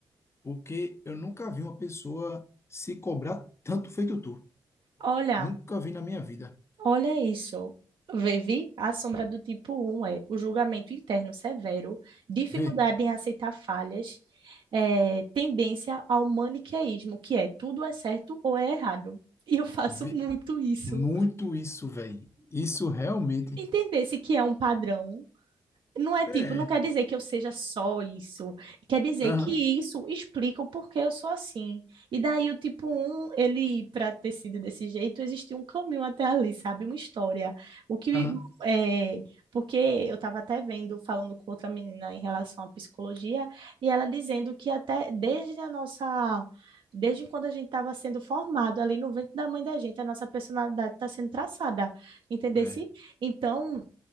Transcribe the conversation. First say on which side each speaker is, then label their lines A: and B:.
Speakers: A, on the left; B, on the right.
A: Porque eu nunca vi uma pessoa se cobrar tanto feito tu.
B: olha.
A: Nunca vi na minha vida.
B: Olha isso. Vivi, a sombra do tipo um é o julgamento interno severo, dificuldade
A: Vê,
B: em aceitar falhas, eh, tendência ao maniqueísmo, que é tudo é certo ou é errado. E eu faço
A: vê
B: muito isso.
A: muito isso, velho. Isso realmente
B: Entender-se que é um padrão não é
A: É.
B: tipo, não quer dizer que eu seja só isso. Quer dizer
A: Aham,
B: que isso explica o porquê eu sou assim. E daí o tipo um, ele, para ter sido desse jeito, existiu um caminho até ali, sabe? Uma história. O que
A: aham.
B: é. Porque eu estava até vendo, falando com outra menina em relação à psicologia, e ela dizendo que até desde a nossa. Desde quando a gente estava sendo formado ali no ventre da mãe da gente, a nossa personalidade está sendo traçada, entendeu?
A: É.
B: Então,